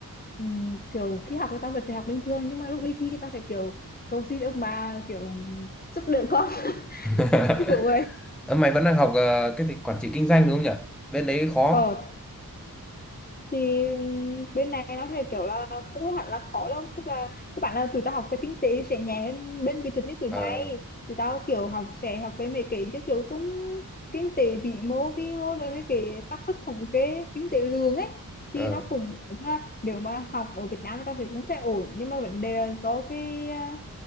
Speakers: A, on the left (about 25°); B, in the centre.
A: ừm, kiểu khi học thì tao vẫn phải học bình thường nhưng mà lúc đi thi tao phải kiểu cầu xin ông bà kiểu giúp đỡ con
B: <laughs>
A: đúng rồi
B: Ờ, mày vẫn đang học ờ, cái gì quản trị kinh doanh đúng không nhỉ? Bên đấy khó.
A: ờ thì bên này nó thì kiểu là cũng không hẳn là khó đâu tức là các bạn là tụi tao học cái kinh tế sẽ nhẹ hơn bên kỹ thuật như tụi
B: Ờ,
A: mày tụi tao kiểu học sẽ học về mấy cái chứ kiểu cũng kinh tế vĩ mô vi mô rồi mấy cái xác suất thống kê kinh tế lương ấy thì
B: ờ.
A: nó cũng tức là nếu mà học ở Việt Nam tao thì cũng sẽ ổn nhưng mà vấn đề là do cái à,